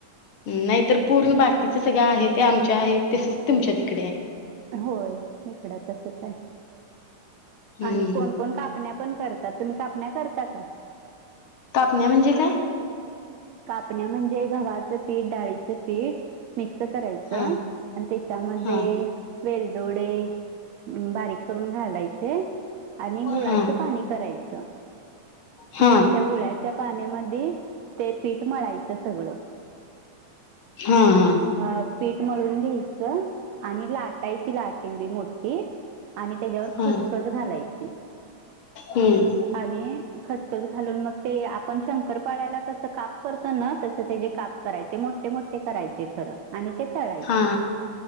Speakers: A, on the left; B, on the right.
A: नाही तर... पूर्ण बाकीच सगळं आहे ते आमच्या आहे. तसेच तुमच्या... तिकडे आहे.
B: होय इकड तसच आहे.
A: हम्म
B: आणि कोण....
A: हम्म
B: कोण कापण्या पण करतात. तुम्ही कापण्या करता काय?
A: कापण्या म्हणजे काय?
B: कापण्या म्हणजे गव्हाचं पीठ, डाळीचं पीठ. मिक्स करायचं.
A: हा
B: आणि त्याच्यामध्ये.....
A: हा.
B: वेलदोडे बारीक करून घालायचे आणि गुळाच
A: हा हा
B: पाणी करायच आणि
A: हा
B: त्या गुळाच्या पाण्यामधी ते पीठ मळायच सगळ
A: ह ह
B: अ पीठ मळून घ्यायच आणि लाटायची लाटिंबी मोठी आणि त्याच्यावर खसखस
A: हा
B: घालायची
A: हम्म
B: आणि खसखस घालून मग ते आपण शंकर पाळ्याला कस काप करतो ना तस त्याचे काप करायचे मोठे मोठे करायचे खरं आणि ते तळायचे
A: हा